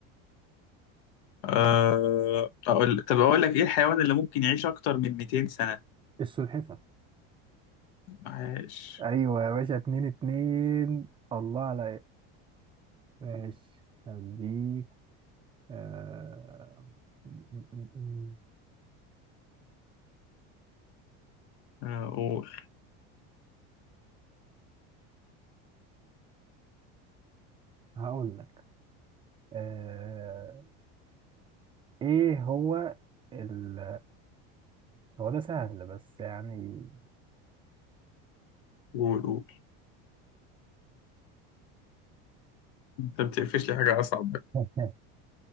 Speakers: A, on the left (about 70°); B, on the right (about 20°).
A: أه... أقول... طب أقول لك إيه الحيوان اللي ممكن يعيش أكتر من 200 سنة؟
B: السلحفة
A: عاش
B: ايوه يا باشا اتنين اتنين الله عليا ماشي هديك آه... م- م- م- م.
A: آه، قول
B: هقول لك آه، ايه هو ال هو ده سهل بس يعني
A: قول قول أنت بتقفش لي حاجة أصعب بقى
B: <laughs>